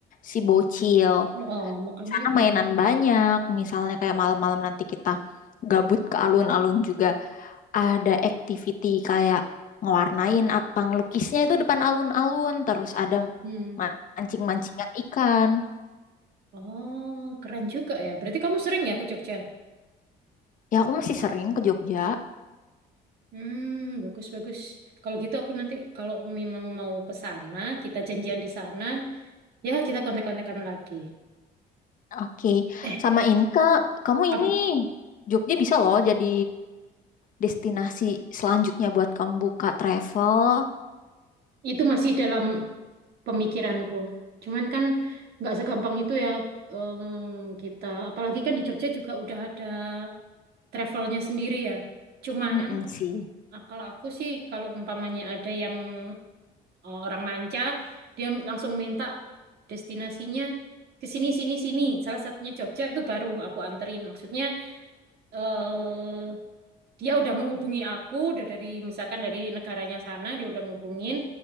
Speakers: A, on the left; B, on the right.
A: si bocil.
B: Oh, makanya
A: Sana
B: itu.
A: mainan banyak. Misalnya kayak malam-malam nanti kita gabut ke alun-alun juga. ada activity kayak ngewarnain apa ngelukisnya itu depan alun-alun terus ada
B: Hmm.
A: mancing-mancingan ikan
B: Oh, keren juga ya. Berarti kamu sering ya ke Jogja?
A: ya aku masih sering ke Jogja
B: Hmm, bagus bagus. Kalau gitu aku nanti kalau memang mau ke sana, kita janjian di sana, ya kita kontak-kontakan lagi.
A: oke
B: Eh,
A: sama ini kak kamu
B: apa?
A: ini Jogja bisa loh jadi destinasi selanjutnya buat kamu buka travel
B: Itu masih dalam pemikiranku. Cuman kan nggak segampang itu ya em, kita. Apalagi kan di Jogja juga udah ada travelnya sendiri ya. Cuman
A: Mm-mm sih
B: ah, kalau aku sih kalau umpamanya ada yang Eh, orang manca, dia langsung minta destinasinya ke sini, sini, sini. Salah satunya Jogja itu baru aku anterin. Maksudnya eh, dia udah menghubungi aku, udah dari misalkan dari negaranya sana dia udah ngubungin.